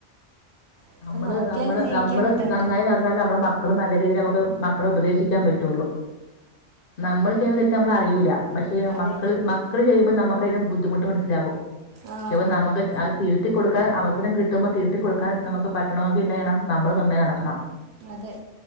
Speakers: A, on the right (about 65°); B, on the left (about 55°).
A: ഇപ്പം
B: അമ്മള്
A: നോക്കിയാലും
B: അമ്മള്
A: ജീവിക്കാൻ
B: നമ്മള്
A: പറ്റാതാ
B: നന്നായി <unintelligible> ന്നാല് നമ്മളെ മക്കള് നല്ല രീതീല് ഞമ്മക്ക് മക്കളെ ഉപദേശിക്കാൻ പറ്റുള്ളു നമ്മള് ചെയ്ത തെറ്റ് നമ്മള് അറിയൂല പക്ഷേ
A: അതെ
B: മക്കള് മക്കള് ചെയ്യുമ്പ നമ്മക്കയ്ന്റെ ബുദ്ധിമുട്ട് മനസ്സിലാകും
A: ആ
B: ക്ഷെപ്പ നമ്മക്ക് ആഹ് തിരുത്തി കൊടുക്കാൻ അവസരം കിട്ടുമ്പം തിരുത്തി കൊടുക്കാൻ നമുക്ക് പറ്റണമെങ്കിൽ എന്നാ ചെയ്യണം നമ്മള് നന്നായി നടക്കണം
A: അതെ